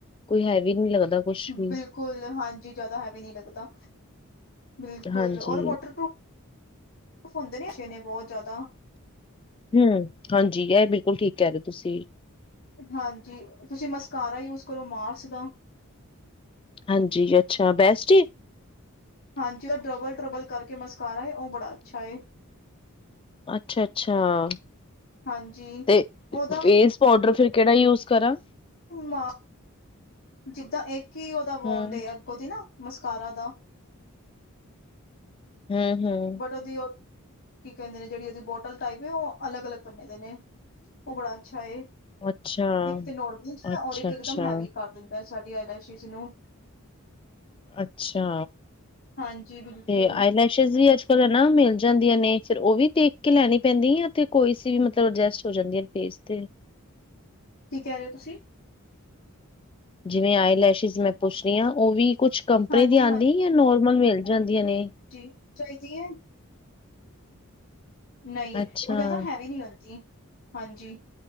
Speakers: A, on the left; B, on the left.
A: ਕੋਈ ਹੈਵੀ ਨੀ ਲੱਗਦਾ। ਕੁਛ ਵੀ
B: ਬਿਲਕੁੱਲ ਹਾਂਜੀ ਜਾਦਾ ਹੈਵੀ ਨੀ ਲੱਗਦਾ। ਬਿਲਕੁਲ
A: ਹਾਂਜੀ
B: ਔਰ ਵਾਟਰਪਰੂ- ਓ ਹੁੰਦੇ ਨੇ ਅੱਛੇ ਨੇ ਬੋ ਜਾਦਾ।
A: ਹੂੰ ਹਾਂਜੀ ਐ ਬਿਲਕੁਲ ਠੀਕ ਕੈ ਰੇ ਓ ਤੁਸੀਂ।
B: ਹਾਂਜੀ ਤੁਸੀਂ ਮਸਕਾਰਾ ਯੂਜ ਕਰੋ ਮਾਰਸ ਦਾ।
A: ਹਾਂਜੀ ਅੱਛਾ ਬੈਸਟ ਏ।
B: ਹਾਂਜੀ ਓ ਡਰਬਲ ਟਰਬਲ ਕਰਕੇ ਮਸਕਾਰਾ ਏ, ਓ ਬੜਾ ਅੱਛਾ ਏ।
A: ਅੱਛਾ ਅੱਛਾ
B: ਹਾਂਜੀ
A: ਤੇ
B: ਉਹਦਾ
A: ਫੇਸ। ਪੋਡਰ ਫੇਰ ਕੇੜਾ ਯੂਜ ਕਰਾਂ।
B: ਮਾ- ਜਿੱਦਾਂ ਇੱਕ ਈ ਓਦਾ ਵੋਣ
A: ਹੂੰ
B: ਡੇ ਅੱਗੋਂ ਦੀ ਨਾ ਮੁਸਕਾਰਾ ਦਾ।
A: ਹੂੰ ਹੂੰ
B: ਬਟ ਓਦੀ ਓ ਕੀ ਕੈਂਦੇ ਨੇ ਜੇੜੀ ਓਦੀ ਬੋਟਲ ਟਾਈਪ ਏ, ਓ ਅਲੱਗ ਅਲੱਗ ਪੰਨੇ ਦੇ ਨੇ। ਓ ਬੜਾ ਅੱਛਾ ਏ।
A: ਅੱਛਾ
B: ਇੱਕ ਤੇ ਨੋਰਮਲ ਜਿਆ
A: ਅੱਛਾ
B: ਔਰ ਇੱਕ ਇਕਦਮ
A: ਅੱਛਾ
B: ਹੈਵੀ ਕਟ। ਦਿੰਦਾ ਸਾਡੀ ਆਇਲੈਸਿਜ਼ ਨੂੰ।
A: ਅੱਛਾ
B: ਹਾਂਜੀ ਬਿਲਕੁਲ
A: ਤੇ ਆਈਲੈ- ‌ਲੈਸਿਜ ਵੀ ਅੱਜ ਕੱਲ ਹਨਾ ਮਿਲ ਜਾਂਦੀਆਂ ਨੇ, ਫੇਰ ਓ ਵੀ ਦੇਖ ਕੇ ਲੈਣੀ ਪੈਂਦੀ ਐ ਤੇ ਕੋਈ ਸੀ ਵੀ ਮਤਲਬ ਅਡਜਸਟ ਹੋ ਜਾਂਦੀਆਂ ਨੇ। ਫੇਸ ਤੇ।
B: ਕੀ ਕੈ ਰੇ ਓ ਤੁਸੀਂ।
A: ਜਿਵੇਂ ਆਈ ਲੈਸ਼ਜ਼ ਮੈਂ ਪੁੱਛ ਰੀ ਆਂ। ਓ ਵੀ ਕੁਛ ਕੰਪਨੀ
B: ਹਾਂਜੀ
A: ਦੀ ਆਂਦੀ। ਜਾਂ ਨੋਰਮਲ ਮਿਲ ਜਾਂਦੀਆਂ ਨੇ।
B: ਜੀ ਚਾਈਦੀ ਏ। ਨਈ
A: ਅੱਛਾ
B: ਓ ਜਾਦਾ ਹੈਵੀ ਨੀ ਹੁੰਦੀ। ਹਾਂਜੀ